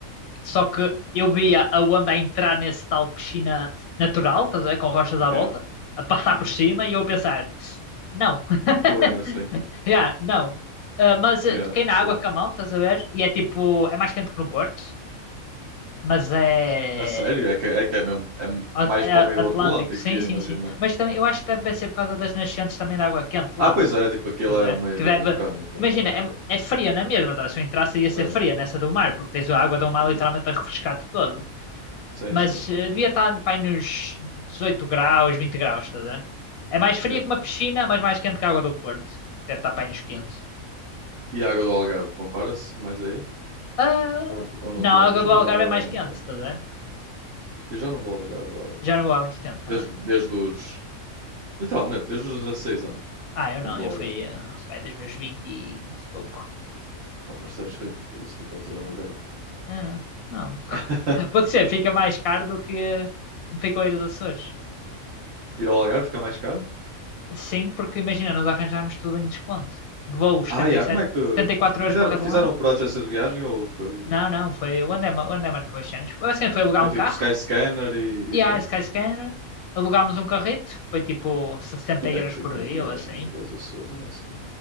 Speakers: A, on the left (about 80°); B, on the right (about 50°).
A: Só que eu via a onda a entrar nesse tal piscina natural, estás a ver? Com rochas
B: Yeah.
A: à volta, a passar
B: Uhum.
A: por cima e eu a pensar, não, <laughs>
B: Estou bem é assim.
A: yeah, não. Eh, mas eh,
B: Yeah,
A: toquei
B: percebo.
A: na água com a mão, estás a ver? E é tipo, é mais quente que no Porto, mas é.
B: A sério? É que é, que é mesmo. É
A: a-
B: mais
A: é
B: para o meio
A: Atlântico,
B: do Atlântico,
A: sim,
B: ia
A: sim,
B: imaginar.
A: sim. Mas também, eu acho que deve ser por causa das nascentes também da água quente lá.
B: Ah, pois é, tipo, aquilo
A: Estás
B: é
A: a ver?
B: uma ilha
A: Que deve.
B: vulcânica.
A: Imagina,
B: Yeah,
A: é,
B: claro.
A: é fria na mesma, tá? Se eu entrasse ia
B: Sim.
A: ser fria nessa do mar, porque tens a água do mar
B: Uhum.
A: literalmente a refrescar-te todo.
B: Sim,
A: Mas
B: sim, sim.
A: eh, devia estar pá, aí nos 18 graus, 20 graus, estás a ver? É mais fria
B: Yeah.
A: que uma piscina, mas mais quente que a água do Porto. Deve estar pá, aí nos quinze
B: E a água do Algarve, compara-se mais aí?
A: Ah,
B: Ou não te, ou não
A: não,
B: te lembro?
A: a água
B: Eu já
A: do
B: não
A: Algarve
B: vou ao Algarve
A: é mais
B: há algum
A: quente,
B: tempo.
A: estás a ver?
B: Eu já não vou ao Algarve há-
A: Já não vou há muito tempo também.
B: desde, desde os. Literalmente, desde os 16 anos.
A: Ah, eu
B: que
A: não,
B: Eu não vou
A: eu
B: ao
A: fui
B: Algarve.
A: ah, pá, dos meus 20 e pouco.
B: Ah, mas tu és rico, por isso tu podes ir ao Algarve.
A: Ah, não. <laughs>
B: <laughs>
A: Pode ser, fica mais caro do que ficou a ir dos Açores.
B: Ir ao Algarve fica mais caro?
A: Sim, porque imagina, nós arranjámos tudo em desconto. Voos, 77,
B: Ah, yeah, como é que.
A: 74 euros
B: Fizeram,
A: para cada
B: fizeram
A: lado.
B: por agência de viagem ou foi.
A: Não, não, foi o André, ma- o André marcou as cenas. Assim, foi alugar
B: Foi
A: um
B: tipo
A: carro
B: Skyscanner e,
A: e
B: e pronto.
A: a Skyscanner. Alugámos um carrito, que foi tipo 60
B: Quanto é
A: euros
B: que fica
A: por
B: uma
A: dia
B: viagem
A: ou assim.
B: daqui aos Açores? Eu nem sei.